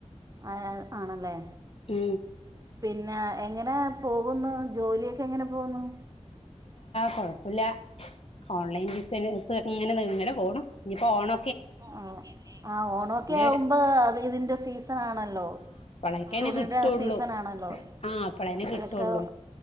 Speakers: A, on the right (about 30°); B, on the left (about 60°).
A: ആ, ആണല്ലേ
B: ഉ
A: പിന്നെ എങ്ങനെ പോകുന്നു ജോലിയൊക്കെ എങ്ങനെ പോകുന്നു
B: കുഴപ്പമില്ല ഓൺലൈൻ ഇങ്ങനെ നിങ്ങെ പോണും ഇനിപ്പോ ഓണ
A: ആ ആ ഓണൊക്കെ ആവുമ്പോ
B: ഒരു
A: അത് ഇതിന്റെ സീസൺ ആണല്ലോ
B: അക്കേനെ
A: തുണിയുടെ
B: കിട്ടുള്ളൂ
A: സീസൺ ആണല്ലോ
B: ആഹ അപ്പളേനെ
A: അപ്പോഴൊക്കെ
B: കിട്ടുള്ളു